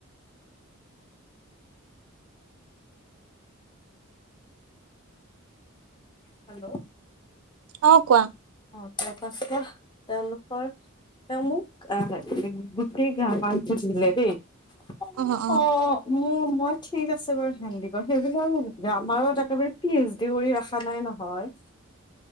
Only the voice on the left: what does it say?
হেল্ল'।
অঁ, তেওঁ কৈছে যে তেওঁলোকৰ- মানে মোক গোটেই গ্ৰামাৰ সুধিলে দেই, <unintelligible>
উম, মই ঠিক আছে বাৰু হেন্দিকত সেইবিলাক গ্ৰামাৰত একেবাৰে পি এইচ ডি কৰি ৰখা নাই নহয়।